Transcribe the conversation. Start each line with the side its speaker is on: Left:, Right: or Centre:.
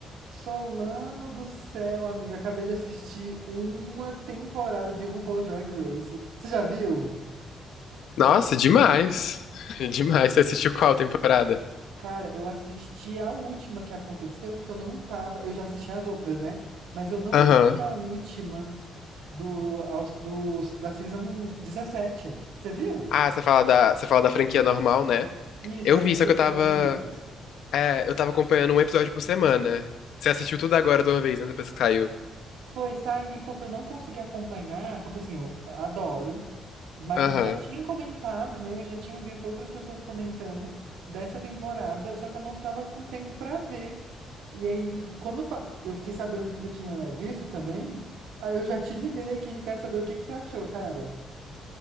Right: Solano do céu, amigo, acabei de assistir uma temporada de RuPaul's Drag Race. Você já viu?
Left: Nossa, demais. <laughs> Demais. Você assistiu qual temporada?
Right: Cara, eu assisti a última que aconteceu, porque eu não tava. Eu já assisti as outras, né? Mas eu não
Left: Aham.
Right: vi a última do, aos- do- da season 17. Você viu?
Left: Ah, você fala da, você fala da franquia normal, né?
Right: Isso,
Left: Eu
Right: da
Left: vi,
Right: franquia
Left: só que
Right: dos
Left: eu tava.
Right: Estados Unidos.
Left: É, eu tava acompanhando um episódio por semana. Você assistiu tudo agora de uma vez, né? Depois que saiu.
Right: Foi sair porque eu não consegui acompanhar, porque assim, eu adoro, mas
Left: Aham.
Right: você já tinha comentado, né? Eu já tinha visto outras pessoas comentando dessa temporada, só que eu não tava com tempo pra ver. E aí, quando fa- eu fiquei sabendo que você tinha visto também, aí eu já te liguei aqui que eu quero saber o que que você achou, cara.